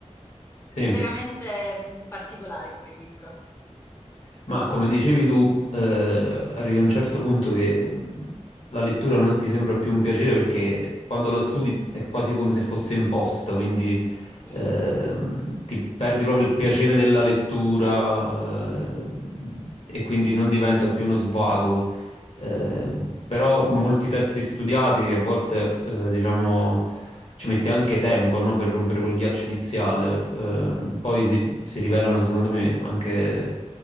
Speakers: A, on the left; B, on the left.
A: sì,
B: veramente particolare come libro.
A: Ma come dicevi tu, eh, arrivi a un certo punto che mh, la lettura non ti sembra più un piacere perché quando la studi è quasi come se fosse imposta, quindi
B: Sì.
A: ehm, ti perdi proprio il piacere della lettura, eh, e quindi non diventa più uno svago, eh, però molti testi studiati a volte, eh, diciamo, ci mette anche tempo, no, per rompere quel ghiaccio iniziale. Ehm, poi si, si rivelano, secondo me, anche